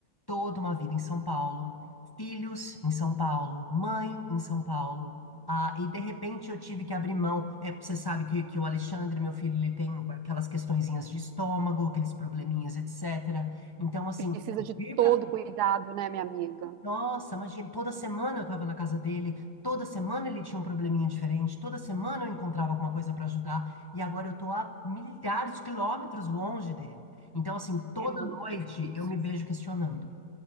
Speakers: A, on the left; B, on the right.
A: toda uma vida em São Paulo, filhos em São Paulo, mãe em São Paulo, ah, e de repente eu tive que abrir mão. É, você sabe que, que o Alexandre, meu filho, ele tem aquelas questõezinhas de estômago, aqueles probleminhas, etc. Então, assim,
B: Precisa de
A: vir
B: todo
A: para
B: cuidado, né, minha amiga?
A: nossa, imagina, toda semana eu estava na casa dele, toda semana ele tinha um probleminha diferente, toda semana eu encontrava alguma coisa para ajudar, e agora eu tô a milhares de quilômetros longe dele. Então, assim, toda
B: É muito
A: noite
B: difícil.
A: eu me vejo questionando.